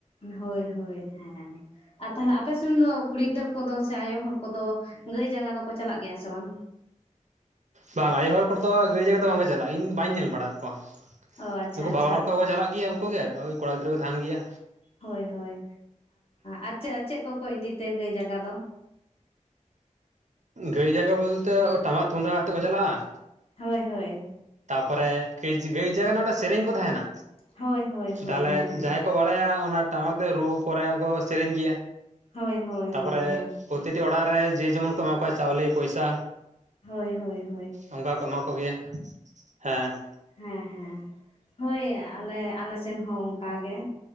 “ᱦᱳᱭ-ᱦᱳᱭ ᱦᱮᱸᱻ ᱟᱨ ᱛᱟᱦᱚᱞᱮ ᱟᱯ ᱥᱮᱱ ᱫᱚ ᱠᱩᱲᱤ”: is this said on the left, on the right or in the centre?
Left